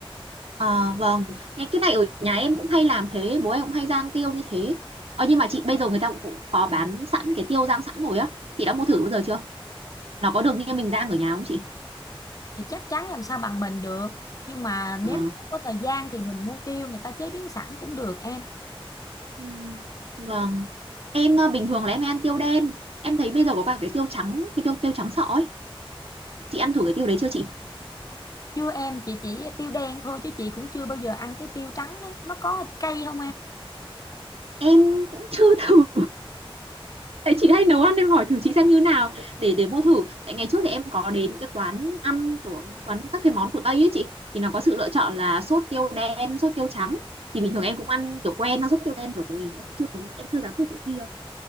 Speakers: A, on the right; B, on the left.
A: à, vâng nghe cái này ở nhà em cũng hay làm thế bố em cũng hay rang tiêu như thế ờ nhưng mà chị bây giờ người ta cũng cũng có bán sẵn cái tiêu rang sẵn rồi á chị đã mua thử bao giờ chưa nó có được như mình rang ở nhà không chị
B: thì chắc chắn làm sao bằng mình được nhưng mà
A: Ờ.
B: nếu mà không có thời gian thì mình mua tiêu người ta chế biến sẵn cũng được em
A: Ừ. Vâng. Em à, bình thường là em hay ăn tiêu đen. Em thấy bây giờ có cả cái tiêu trắng, cái tiêu tiêu trắng sọ ấy. Chị ăn thử cái tiêu đấy chưa chị?
B: chưa em chị chỉ tiêu đen thôi chứ chị cũng chưa bao giờ ăn cái tiêu trắng nó nó có cay không em
A: em cũng chưa <laughs> thử tại chị hay nấu ăn em hỏi thử chị xem như nào để để mua thử tại ngày trước thì em có đến những cái quán ăn của quán các cái món của Tây ấy chị thì nó có sự lựa chọn là sốt tiêu đen sốt tiêu trắng thì bình thường em cũng ăn kiểu quen nó sốt tiêu đen rồi em cũng chưa muốn em chưa dám thử cái kia